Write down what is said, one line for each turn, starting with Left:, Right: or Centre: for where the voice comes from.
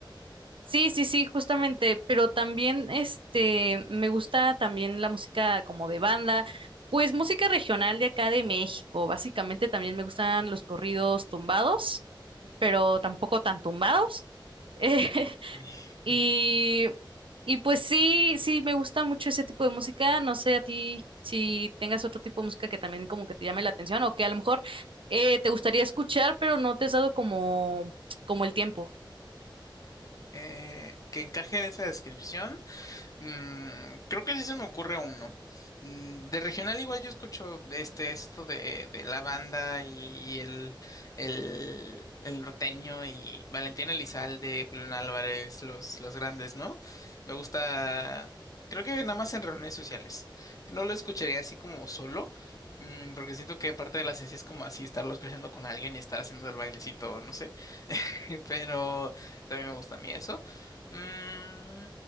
Right: Sí, sí, sí, justamente, pero también este, me gusta también la música como de banda, pues música regional de acá de México, básicamente también me gustan los corridos tumbados, pero tampoco tan tumbados. <laughs>
Left: <laughs>
Right: Y, y pues sí, sí, me gusta mucho ese tipo de música. No sé a ti si tengas otro tipo de música que también como que te llame la atención o que a lo mejor eh, te gustaría escuchar, pero no te has dado como, como el tiempo.
Left: Eh, que encaje en esa descripción. Mm, creo que sí se me ocurre uno. Mm, De regional igual yo escucho este esto de, de la banda y, y el, el, el norteño y Valentín Elizalde, Julián Álvarez, los, los grandes, ¿no? Me gusta, creo que nada más en reuniones sociales. No lo escucharía así como solo, mm, porque siento que parte de la esencia es como así estarlo escuchando con alguien y estar haciendo el bailecito, no sé. <laughs> Pero también me gusta a mí eso. Mm,